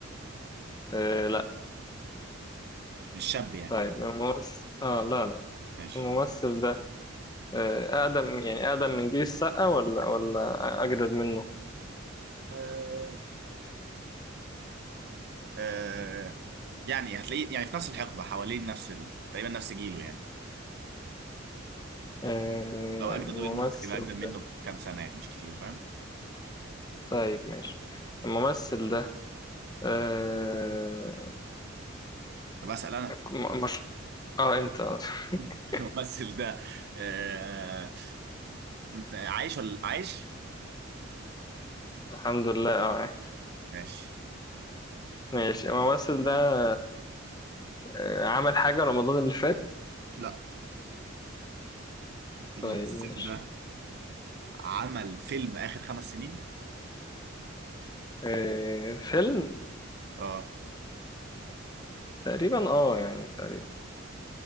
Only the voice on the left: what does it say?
آه لا
طيب الممثل آه لا لا
الممثل ده آه، أقدم يعني أقدم من جيل السقا ولا ولا أجدد منه
آه،
الممثل
طيب ماشي الممثل ده آه،
م- مش اه انت آه. <laughs>
الحمد لله اه
ماشي الممثل ده آه، عمل حاجة رمضان اللي فات
طيب ماشي
آه، فيلم
تقريبا اه يعني تقريبا